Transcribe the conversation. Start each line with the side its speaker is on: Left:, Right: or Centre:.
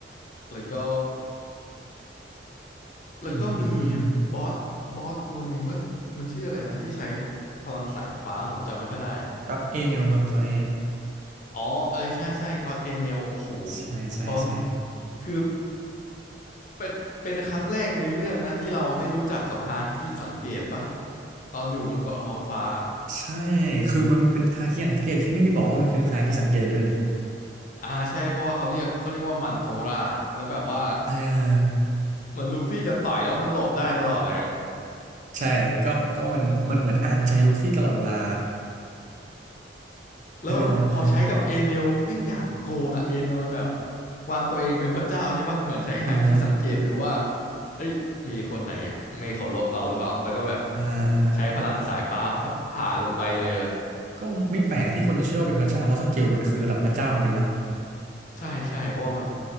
Left: แล้วก็
Right: อืมอืมอืม
Left: แล้วก็มีบอสบอสตัวหนึ่งว่ามันชื่ออะไรนะที่ใช้พลังสายฟ้าผมจำไม่ค่อยได้
Right: ตัดเอนิวครับตัวนี้
Left: อ๋อเออใช่ใช่ก็อดเอเนลโอ้โห
Right: ใช่ใช่ใช่
Left: ตอนคือ เป็นเป็นครั้งแรกในเรื่องนะที่เราได้รู้จักกับฮาคิสังเกตปะตอนอยู่บนเกาะทองฟ้า
Right: ใช่คือมันเป็นฮาคิสังเกตที่ไม่ได้บอกว่ามันคือฮาคิสังเกตด้วยดิ
Left: อ่าใช่เพราะว่าเขาเรียกเขาเรียกว่ามันโทราแล้วแบบว่า
Right: เออ
Left: เหมือนลูฟี่จะต่อยแล้วมันหลบได้ตลอดเลยอะ
Right: ใช่ก็ก็มันมันเหมือนอ่านใจลูฟี่ตลอดเวลา
Left: แล้วแบบพอใช้กับเอเนลแม่งอย่างโกงอะเอเนลมันแบบ
Right: เออเออ
Left: วางตัวเองเป็นพระเจ้าใช่ปะเหมือนใช้ฮาคิสังเกตดูว่า
Right: เอือฮะ
Left: เอ้ยมีคนไหนไม่เคารพเราหรือเปล่าแล้วก็แบบ
Right: อ่าอ่า
Left: ใช้พลังสายฟ้าผ่าลงไปเลยอะ
Right: ก็ไม่แปลกที่คนจะเชื่อว่าเป็นพระเจ้าเพราะสเกลมันคือระดับพระเจ้าจริงๆนะ
Left: ใช่ใช่เพราะว่ามัน